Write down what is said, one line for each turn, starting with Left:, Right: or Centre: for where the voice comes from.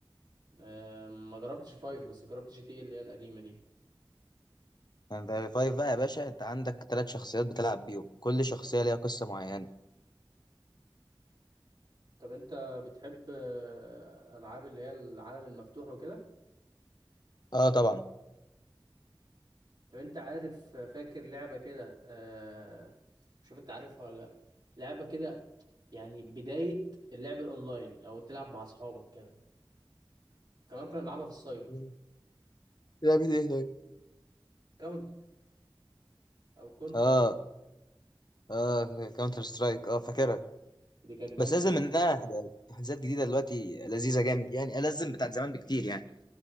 Right: آه ما جربتش فايف بس جربت جي تي إيه اللي هي القديمه دي
Left: يعني ده 5 بقى يا باشا انت عندك ثلاث شخصيات بتلعب بيهم كل شخصية ليها قصة معينة
Right: طب انت بتحب آه، العاب اللي هي العالم المفتوح وكده
Left: اه طبعا
Right: طب انت عارف آه، فاكر لعبه كده آه شوف انت عارفها ولا لا لعبه كده يعني بدايه اللعب الاونلاين او تلعب مع اصحابك كده كمان كنا بنلعبها في السايبر
Left: مم. لعبة ايه طيب؟
Right: كاونتر او كونتر
Left: اه اه كاونتر سترايك اه فاكرها
Right: دي كانت جامده
Left: بس لازم منها حاجات جديدة دلوقتي لذيذة جامد يعني ألزم بتاعت زمان بكتير يعني